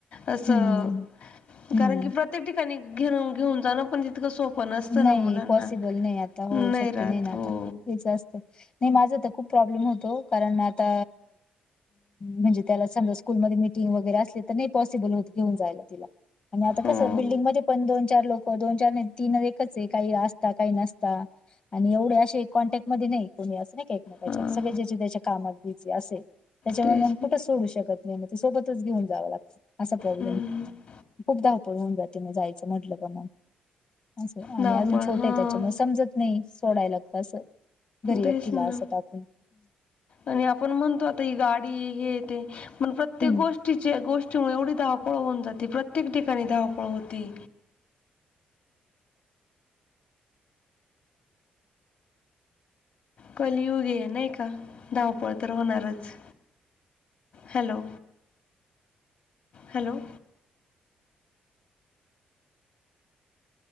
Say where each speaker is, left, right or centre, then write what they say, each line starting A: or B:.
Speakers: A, on the left; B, on the left.
A: असं
B: हम्म हम्म हम्म
A: कारणं की प्रत्येक ठिकांणी घेऊंन घेऊंन जांण पणं तितकं सोपं नसतं
B: नाहीं
A: ना मुलांना
B: पॉसिबल नाहीं आंता
A: नाही
B: हो शक्यं
A: राहत
B: नाहीं नां
A: हो
B: आंता हेचं असतं नाहीं माझं तरं खूंप प्रॉब्लेम प्रब्लेम होतो कारणं आंता म्हणजे त्यांला समजा स्कूंलमध्यें मीटिंग वगैरें असले तरं नाहीं पॉसिबल होतं घेऊंन जायंला तिला आणि आता
A: हो
B: कसं बिल्डिंग मध्ये पण दोन चार लोक दोन चार नाही तीन <unintelligible> आहे. काही असता काही नसता. आणि एवढे असे कॉन्टॅक्ट मध्ये नाही कोणी असं नाही का एकमेकाच्या.
A: हां
B: सगळे ज्याच्या त्याच्या कामात बिझी असय. त्याच्यामुळे
A: तेच
B: मग कुठं सोडू शकत नाहीे. ते सोबतच घेऊन जावं लागतं असा प्रॉब्लेमये.
A: हम्म
B: खूप धावपळ होऊन जाते मग जायचं म्हटलं का मग. असंय. आणि
A: धावपळ
B: अजून छोट
A: हा
B: आहे त्याच्यामुळं समजत नाही सोडायला कस. घरी
A: तेच
B: एकटीला
A: ना.
B: अस टाकून.
A: आणि आपण म्हणतो आता ही गाडी हे ते पण प्रत्येक
B: हम्म
A: गोष्टी- गोष्टीच्या, गोष्टीमुळे एवढी धवपळ होऊन जाते. प्रत्येक ठिकाणी धावपळ होती. कलियुगेय नाही का? धावपळ तर होणारच. हॅलो. हॅलो.